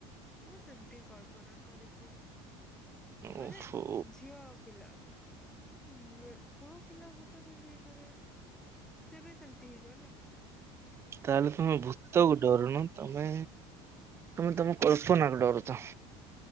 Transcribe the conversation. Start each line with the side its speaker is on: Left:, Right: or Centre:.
Centre: ମୁଁ ସେମିତି କଳ୍ପନା କରିଛି। ମାନେ
Right: ଓହୋ
Centre: ଝିଅ ପିଲା। ପୁଅ ପିଲା ଭୁତ କେମିତି ହେଇଥିବ କେଜାଣି ସିଏ ବି ସେମିତି ଦେଖି଼ ଥିବନା।
Right: ତାହେଲେ ତୁମେ ଭୂତକୁ ଡରୁନ। ତମେ ତମେ ତମ କଳ୍ପନା କୁ ଡରୁଚ।